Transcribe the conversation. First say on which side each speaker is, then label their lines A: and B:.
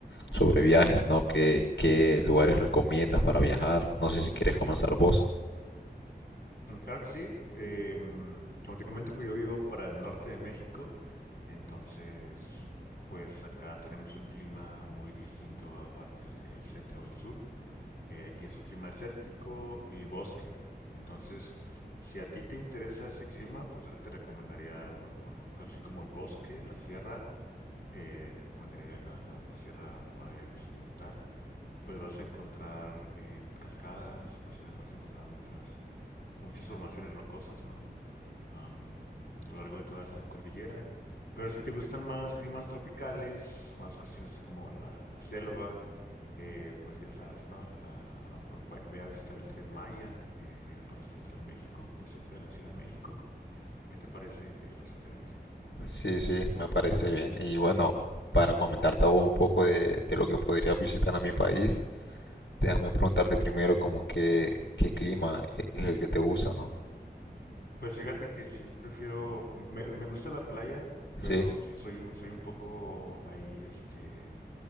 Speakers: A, on the left; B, on the left.
A: sobre viajes, ¿no? ¿Qué, qué lugares recomiendas para viajar? No sé si quieres comenzar vos.
B: Mm, Claro que sí, em, como te comento, pues yo vivo para el norte de México, entonces pues acá tenemos un clima muy distinto a partes del centro o del sur. Eh, aquí es un clima desértico y bosque, entonces si a ti te interesa ese clima, pues te recomendaría, o- por ejemplo, así como el bosque, la sierra, eh, te recomendaría la, la- la Sierra Madre Occidental, que pues vas a encontrar eh, cascadas, vas a, vas a encontrar muchas, muchas formaciones rocosas, ¿no? Am, a lo largo de toda esa cordillera. Pero si te gustan más climas tropicales, más cuestiones así como la, la selva, eh, pues ya sabes, ¿no? A, a- a lo mejor ve, ve a visitar el Tren Maya, eh, allá para el centro de México, muy cerca de la Ciudad de México. ¿Qué te parece, eh, la sugerencia?
A: Sí, sí, me parece bien. Y bueno, para comentarte a vos un poco de, de lo que podrías visitar a mi país, déjame preguntarte primero como qué, qué clima e- es el que te gusta, ¿no?
B: Pues fíjate que sí prefiero, me, me gusta la playa, pero
A: Sí.
B: sí soy un, soy un poco ahí, este,